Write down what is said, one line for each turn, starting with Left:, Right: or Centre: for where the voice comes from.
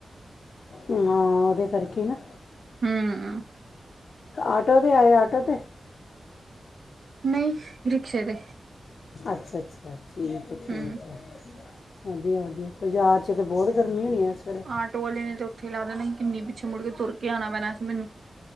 Left: ਹਾਂ ਉਹਦੇ ਕਰਕੇ ਨਾ।
Right: ਹਮ।
Left: ਆਟੋ ਤੇ ਆਏ ਆਟੋ ਤੇ।
Right: ਨਹੀਂ ਰਿਕਸ਼ੇ ਤੇ
Left: ਅੱਛਾ-ਅੱਛਾ ਠੀਕ ਹੈ
Right: ਹੂੰ
Left: ਠੀਕ ਹੈ। ਵਧੀਆ ਵਧੀਆ ਬਾਜ਼ਾਰ 'ਚ ਤਾਂ ਬਹੁਤ ਗਰਮੀ ਹੋਣੀ ਹੈ ਇਸ ਵੇਲੇ।
Right: ਆਟੋ ਵਾਲੇ ਨੇ ਉੱਥੇ ਲਾ ਦੇਣਾ ਸੀ ਕਿੰਨੀ ਪਿੱਛੇ ਮੁੜ ਕੇ ਤੁਰ ਕੇ ਆਣਾ ਪੈਣਾ ਸੀਂ ਮੈਨੂੰ।